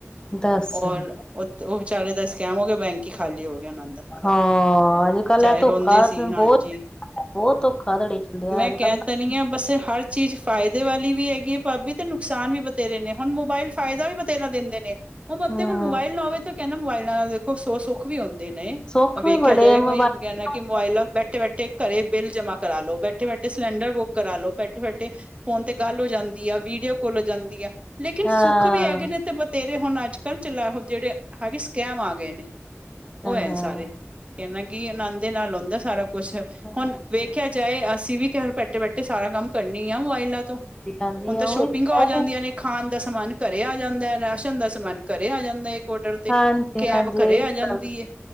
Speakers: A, on the left; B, on the right.
A: ਦੱਸ
B: ਔਰ ਉਹ ਉਹ ਵਿਚਾਰੇ ਦਾ ਸਕੈਮ ਹੋ ਗਿਆ ਬੈਂਕ ਹੀ ਖਾਲੀ ਹੋ ਗਿਆ ਉਹਨਾਂ ਦਾ।
A: ਹਾਂ ਅੱਜ ਕੱਲ
B: <unintelligible>
A: ਇਹ ਧੋਖਾ
B: ਰੋਂਦੇ ਸੀ
A: ਬਹੁਤ
B: ਹਾਂਜੀ।
A: ਬਹੁਤ ਧੋਖਾਧੜੀ ਚੱਲਿਆ
B: ਮੈਂ
A: ਅੱਜ
B: ਕਹਿ
A: ਕੱਲ
B: ਤਾ ਰਹੀ ਹਾਂ ਬਸ ਹਰ ਚੀਜ਼ ਫਾਇਦੇ ਵਾਲੀ ਵੀ ਹੈਗੀ ਏ ਭਾਬੀ ਤੇ ਨੁਕਸਾਨ ਵੀ ਬਥੇਰੇ ਨੇ ਹੁਣ ਮੋਬਾਇਲ ਫਾਇਦਾ ਵੀ ਬਥੇਰਾ ਦਿੰਦੇ ਨੇ ਹੁਣ ਬੰਦੇ
A: ਹਮ
B: ਕੋਲ ਮੋਬਾਇਲ ਨਾ ਹੋਵੇ ਤੇ ਕਹਿੰਦਾ ਮੋਬਾਈਲ ਨਾਲ ਦੇਖੋ ਸੋ ਸੁੱ ਵੀ ਹੁੰਦੇ ਨੇ
A: ਸੁੱਖ
B: ਵੇਖਿਆ
A: ਵੀ ਬੜੇ
B: ਜਾਏ <unintelligible>
A: ਮੋਬਾਇਲ ਹਾਂ
B: ਕਿ ਮੋਬਾਇਲ ਬੈਠੇ ਬੈਠੇ ਘਰੇ ਬਿੱਲ ਜਮਾ ਕਰਾ ਲੋ ਬੈਠੇ ਬੈਠੇ ਸਿਲੰਡਰ ਬੁੱਕ ਕਰਾਲੋ ਬੈਠੇ ਬੈਠੇ ਫੋਨ ਤੇ ਗੱਲ ਹੋ ਜਾਂਦੀ ਆ ਵੀਡੀਓ ਕੋਲ ਹੋ ਜਾਂਦੀ ਆ ਲੇਕਿਨ
A: ਹਾਂ
B: ਸੁੱਖ ਵੀ ਹੈਗੇ ਨੇ ਤੇ ਬਥੇਰੇ ਹੁਣ ਅੱਜ ਕੱਲ੍ਹ ਚੱਲਾ ਉਹ ਜਿਹੜੇ ਹੈਗੇ ਹੈਵੀ ਸਕੈਮ ਆ ਗਏ ਨੇ। ਉਹ ਐ
A: ਹਾਂ
B: ਸਾਰੇ ਕਹਿਣਾ ਕਿ ਆਨੰਦ ਦੇ ਨਾਲ ਹੁੰਦਾ ਸਾਰਾ ਕੁਛ
A: ਹਾਂਜੀ
B: ਹੁਣ ਵੇਖਿਆ ਜਾਏ ਅਸੀਂ ਵੀ ਘਰ ਬੈਠੇ ਬੈਠੇ ਸਾਰਾ ਕੰਮ ਕਰਨੇ ਈ ਆ ਮੋਬਾਈਲਾ ਤੋਂ
A: ਹਾਂਜੀ
B: ਹੁਣ ਤਾਂ
A: ਉਹੀ
B: ਸ਼ੋਪਿੰਗ
A: ਤੇ ਕਹਿ
B: ਹੋ ਜਾਂਦੀਆਂ
A: ਰਹੇ
B: ਨੇ। ਖਾਣ ਦਾ ਸਮਾਨ ਘਰੇ ਆ ਜਾਂਦਾ ਰਾਸ਼ਨ ਦਾ ਸਮਾਨ ਘਰੇ ਆ ਜਾਂਦਾ ਇੱਕ ਔਡਰ ਤੇ
A: ਹਾਂਜੀ
B: ਕੈਬ
A: ਹਾਂਜੀ
B: ਘਰੇ
A: ਇਹ ਵੀ
B: ਆ ਜਾਂਦੀ
A: ਗੱਲ
B: ਐ